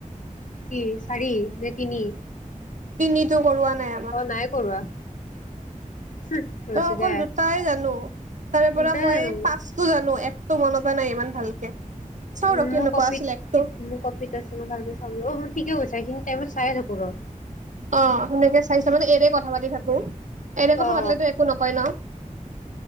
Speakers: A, on the left; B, on the right.
A: কি চাৰি, নে তিনি?
B: তিনিটো। কৰোৱা নাই
A: অ' নাই কৰোৱা। হুহ, হৈছে
B: তই অকল
A: দে
B: দুটাই জানো, তাৰে পৰা
A: তই
B: মই
A: জানো
B: পাঁচটো জানো। এক টো মনতে নাই ইমান ভালকে। চাও
A: উম,
B: ৰ কেনেকুৱা
A: মই কপিত
B: আছিল একটো
A: মোৰ কপিত আছে মই ভালকে চাবো অ' ম ঠিকে কৈছা এইখিনি টাইমত চাই থাকো। পুৰ
B: অ' সেনেকে চাইছা মানে, এনে কথা পাতি থাকো, এনে কথা
A: অ
B: পাতিলেতো একো নকয় ন।